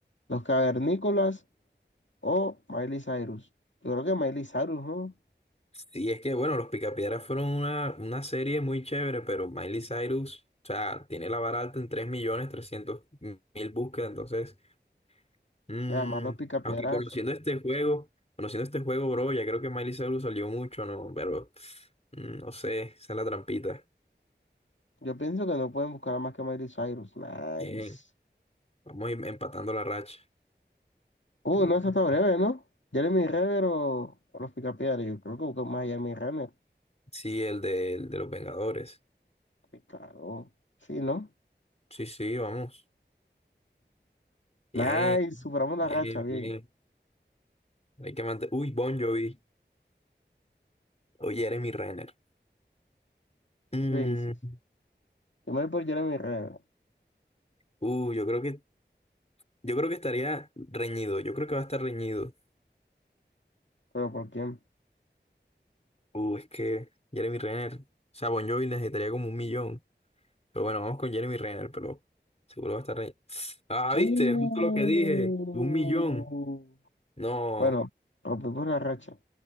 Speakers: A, on the left; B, on the left.
A: Los Cavernícolas o Miley Cyrus. Yo creo que Miley Cyrus, ¿no?
B: Sí, es que bueno, los Picapiedra fueron una, una serie muy chévere, pero Miley Cyrus, o sea, tiene la vara alta en tres millones trescientos mil búsquedas, entonces, mm,
A: O sea, más los picapiedras
B: aunque conociendo este juego, conociendo este juego, bro, ya creo que Miley Cyrus salió mucho, ¿no? Pero, mm, no sé, esa es la trampita.
A: Yo pienso que no pueden buscar a más que Miley Cyrus. Nice.
B: Bien, vamos a ir empatando la racha.
A: Uh,
B: Uh.
A: no, esa está breve, ¿no? Jeremy Renner o, o los Picapiedra. Yo creo que buscan más a Jeremy Renner.
B: Sí, el de, el de los Vengadores.
A: Sí, claro. Sí, ¿no?
B: Sí, sí, vamos. Bien,
A: Nice. Superamos la
B: bien,
A: racha. Bien.
B: bien. Hay que mantener. Uy, Bon Jovi. Oye, Jeremy Renner. Mm,
A: ¿Qué dices? Yo me voy por Jeremy Renner.
B: uh, yo creo que, yo creo que estaría reñido. Yo creo que va a estar reñido.
A: ¿Pero por quién?
B: Uh, es que Jeremy Renner. O sea, Bon Jovi necesitaría como un millón. Pero bueno, vamos con Jeremy Renner, pero seguro va a estar reñido. Ah,
A: Uh.
B: viste, justo lo que dije. Un millón. No,
A: Bueno, rompimos la racha.